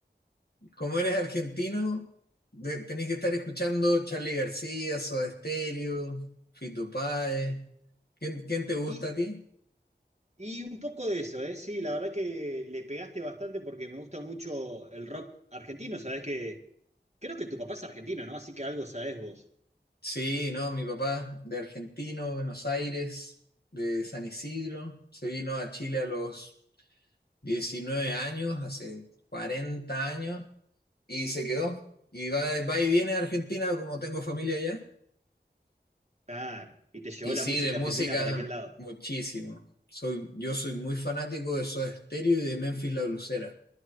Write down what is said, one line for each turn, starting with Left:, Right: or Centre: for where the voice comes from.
Left: Como eres argentino, de- tenés que estar escuchando Charly García, Soda Stereo, Fito Páez. ¿Quién, quién te gusta
Right: Y,
Left: a ti?
Right: y un poco de eso, ¿eh? Sí, la verdad que le pegaste bastante porque me gusta mucho el rock argentino, sabés que creo que tu papá es argentino, ¿no? Así que algo sabés vos.
Left: Sí, no, mi papá de argentino, Buenos Aires, de San Isidro, se vino a Chile a los 19 años, hace 40 años, y se quedó. Y va, va y viene a Argentina, como tengo familia allá.
Right: Claro, y te llevó
Left: Y
Right: la
Left: sí,
Right: música
Left: de música,
Right: argentina para aquel lado.
Left: muchísimo. Soy, yo soy muy fanático de Soda Stereo y de Memphis La Blusera.